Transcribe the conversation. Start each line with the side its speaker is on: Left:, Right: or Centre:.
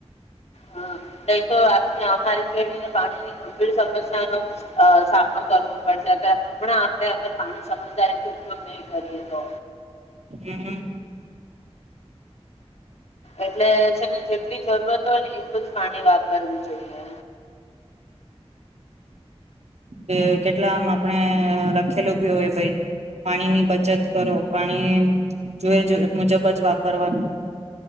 Left: હા નઈ તો આપની આવનારી પેઢીને પાણીની ગંભીર સમસ્યાનો અ સામનો કરવો પડશે અ હમણાં આપે અગર પાણી સમજદારીથી ઉપયોગ નહી કરીએ તો
Right: હમ
Left: એટલે છે ને જેટલી જરૂરત હોય ને એટલું જ પાણી વાપરવું જોઈએ
Right: કે કેટલામ આપણે લખેલું હોય ભઈ પાણી ની બચત કરો પાણી જોઈ એ મુજબ જ વાપરવાનું